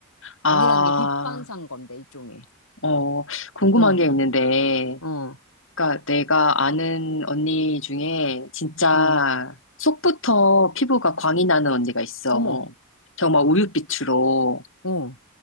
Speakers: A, on the left; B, on the left.
A: 아,
B: 광이라는 게 빛반사인 건데, 일종의.
A: 어, 궁금한
B: 어,
A: 게 있는데,
B: 어,
A: 그러니까 내가 아는 언니 중에 진짜
B: 음,
A: 속부터 피부가 광이 나는 언니가 있어.
B: 어머,
A: 정말 우윳빛으로.
B: 어.